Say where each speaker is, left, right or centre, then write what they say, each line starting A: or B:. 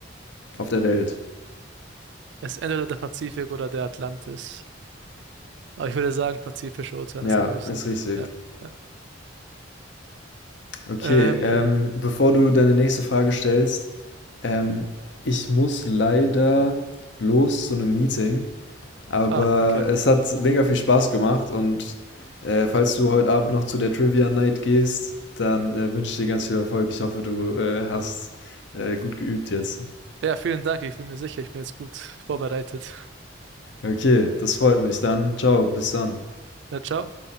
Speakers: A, on the left; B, on the right.
A: auf der Welt?
B: Es ist entweder der Pazifik oder der Atlantis. Aber ich würde sagen, Pazifischer Ozean
A: Ja,
B: ist der größte.
A: ist richtig.
B: Ja. ja.
A: Okay,
B: Ähm,
A: ähm, bevor du deine nächste Frage stellst, ähm, ich muss leider los zu einem Meeting. Aber
B: ah, okay.
A: es hat mega viel Spaß gemacht und äh, falls du heute Abend noch zu der Trivia Night gehst, dann äh, wünsche ich dir ganz viel Erfolg. Ich hoffe, du äh, hast äh, gut geübt jetzt.
B: Ja, vielen Dank. Ich bin mir sicher, ich bin jetzt gut vorbereitet.
A: Okay, das freut mich. Dann ciao, bis dann.
B: Na, ciao.